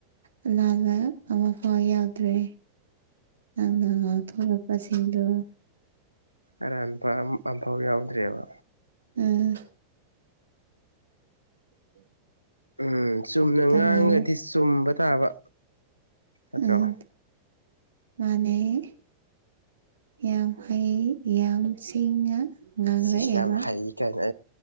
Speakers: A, on the right; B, on the left.
A: ꯑꯅꯥꯕ ꯑꯃꯐꯥꯎ ꯌꯥꯎꯗ꯭ꯔꯦ ꯅꯪꯅꯥ ꯉꯥꯡꯊꯣꯛꯂꯛꯄ ꯁꯤꯡꯗꯨ
B: ꯑꯔꯥꯟꯕ ꯑꯃꯝꯐꯥꯎ ꯌꯥꯎꯗ꯭ꯔꯦꯕ
A: ꯎꯝ ꯎꯝ
B: ꯎꯝ ꯆꯨꯝꯅ ꯉꯥꯡꯉꯗꯤ
A: ꯉꯥꯏꯔꯦ
B: ꯆꯨꯝꯕ ꯇꯥꯕ ꯅꯠꯇ꯭ꯔꯣ
A: ꯎꯝ ꯃꯥꯥꯟꯅꯩ ꯌꯥꯝ ꯍꯩ ꯌꯥꯝ ꯁꯤꯡꯅ ꯉꯥꯡꯔꯛꯑꯦꯕ
B: ꯁꯤꯁ ꯌꯥꯝ ꯍꯩ ꯀꯥꯏꯅ